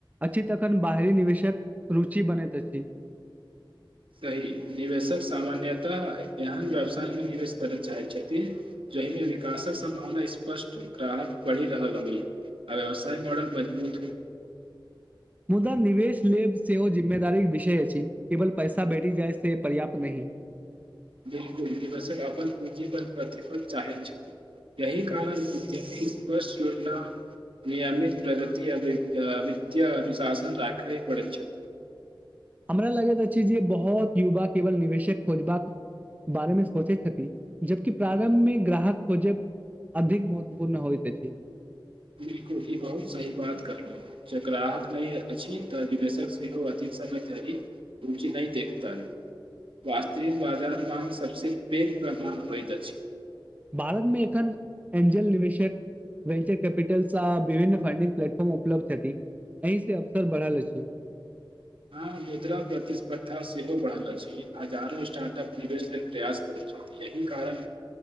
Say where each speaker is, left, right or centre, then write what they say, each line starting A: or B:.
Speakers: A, on the right; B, on the right.
A: अछि तखन बाहरी निवेशक रुचि बनैत अछि
B: <inaudible> सही निवेशक सामान्यतः एहन व्यवसायमे निवेश करय चाहैत छथिन जहिमे विकासक सम्भावना स्पष्ट काराहक बढ़ि रहल होई आ व्यवसाय मॉडल मजबूत हो
A: मुदा निवेश लेब सेहो जिम्मेदारी के विषय अछि केवल पैसा भेटी जाय से पर्याप्त नहि
B: बिलकुल द अप पीप प्रतिफल चाह छथि यहि कारण उद्यमी्पष् योजना नियमित प्रगति अ वित्तय अनुशासन राखे पड़ै छै
A: हमरा लगैत अछि जे बहुत युवा केवल निवेशक खोजबाक बारे में सोचैत छथि जबकि प्रारं्भमे ग्राहक खोजब अधिक महत्वपूर्ण होइत अछि
B: बिलकुल ई बहुत सही बात कहलहुँ जे ग्राहक नहि अछि तऽ निवेशक सेहो अथी समय धी बुच्ची नहि देखता है वास्तविक बाजार ब सबसे पैघ प्रमाण होइत अछि
A: भारतमे एखन एंजल निवेशक वेन्चर केपिटलस आ विभन्न फ्डिंग प्लटफॉर्म उपलब्ध एहि से अवसर बढ़ल अछी
B: हँ मुद्रा प्रतिस्पर्धा सेहो बढ़ल अछि हजारो स्टार्ट अप निवेश लेल प्रयास करैत हो यही कारण